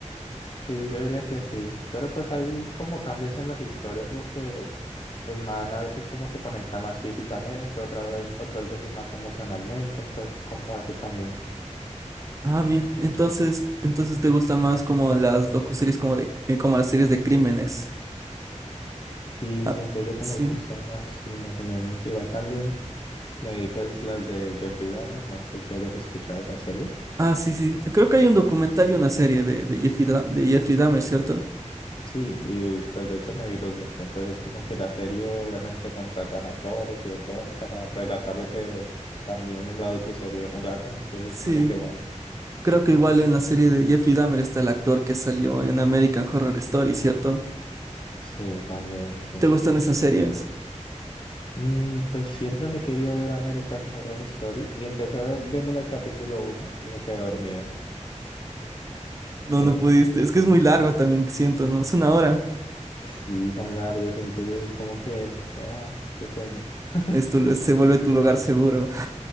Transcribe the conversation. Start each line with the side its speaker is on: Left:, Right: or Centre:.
Left: Sí, yo diría que sí, pero pues hay como cambios en las historias porque el man a veces como que conecta más físicamente, otra vez, otras veces más emocionalmente, entonces como eso también.
Right: Ah, mira, entonces, entonces te gustan más como las docuseries como de, eh, como las series de crímenes.
Left: Sí,
Right: Ah,
Left: siento yo que
Right: sí.
Left: me gustan así más o menos. Igual también me vi pues las de Jeffrey Dahmer, no sé si hayas escuchado esas series.
Right: Ah, sí, sí. Creo que hay un documental y una serie de, de Jeffrey, Da- de Jeffrey Dahmer, ¿cierto?
Left: Sí, y pues de hecho me vi los dos, entonces como que la serie obviamente contratan actores y de todo para relatar lo que también en la docuserie relatan, entonces
Right: Sí.
Left: como que bueno.
Right: Creo que igual en la serie de Jeffrey Dahmer está el actor que salió en American Horror Story, ¿cierto?
Left: Sí, también, sí.
Right: ¿Te gustan esas series?
Left: Mm, pues siempre me he querido ver American Horror Story y empecé a viéndome el capítulo uno y me quedé dormido.
Right: No,
Left: Sí,
Right: no pudiste. Es que es muy largo también, siento, ¿no? Es una hora.
Left: sí, son largos y entonces es como que, ah, qué sueño. <laughs>
Right: Es tu- se vuelve tu lugar seguro.